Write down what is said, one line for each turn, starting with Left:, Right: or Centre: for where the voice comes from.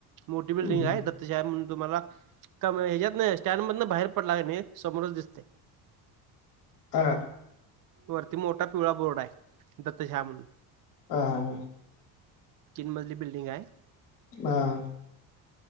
Right: मोठी बिल्डिंग
Left: हम्म.
Right: आहे दत्तश्याम म्हणून तुम्हाला का ह्याच्यातन स्टँड मधन बाहेर पडला कनी समोरच दिसते.
Left: हा.
Right: वरती मोठा पिवळा बोर्ड आहे दत्तश्याम म्हणून
Left: ह ह.
Right: तिन मजली बिल्डिंग आहे.
Left: हा..